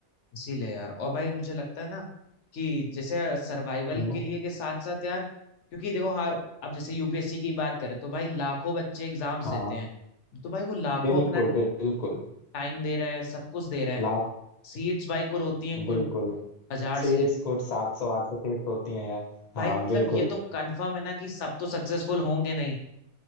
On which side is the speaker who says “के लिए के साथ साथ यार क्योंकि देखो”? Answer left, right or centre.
Left